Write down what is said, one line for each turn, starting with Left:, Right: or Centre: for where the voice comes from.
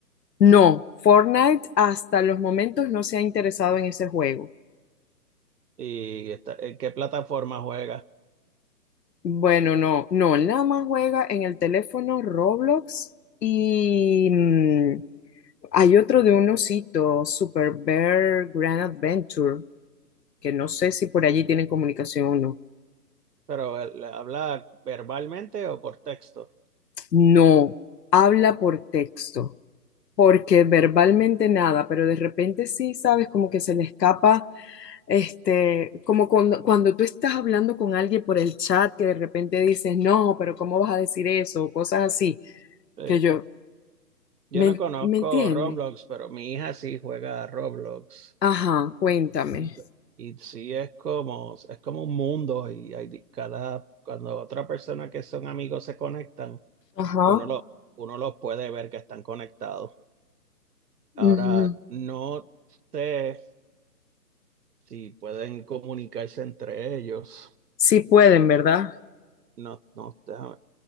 Left: No, Fortnite hasta los momentos no se ha interesado en ese juego.
Right: ¿Y está- en qué plataforma juega?
Left: Bueno, no, no, él nada más juega en el teléfono Roblox y mm, hay otro de un osito, Super Bear Grand Adventure, que no sé si por allí tienen comunicación o no.
Right: Pero él habla verbalmente o por texto.
Left: No, habla por texto, porque verbalmente nada, pero de repente sí, sabes, como que se le escapa, este, como cuando, cuando tú estás hablando con alguien por el chat, que de repente dices, no, pero ¿cómo vas a decir eso? O cosas así
Right: Sí.
Left: que yo,
Right: Yo
Left: ¿Me,
Right: no conozco
Left: me entiende?
Right: Roblox, pero mi hija sí juega a Roblox.
Left: Ajá, cuéntame.
Right: Y, t- y sí es como, es como un mundo y hay di- cada, cuando otra persona que son amigos se conectan,
Left: Ajá.
Right: uno lo, uno los puede ver que están conectados. Ahora,
Left: Ujú.
Right: no sé si pueden comunicarse entre ellos.
Left: Sí pueden, ¿verdad?
Right: No, no, déjame-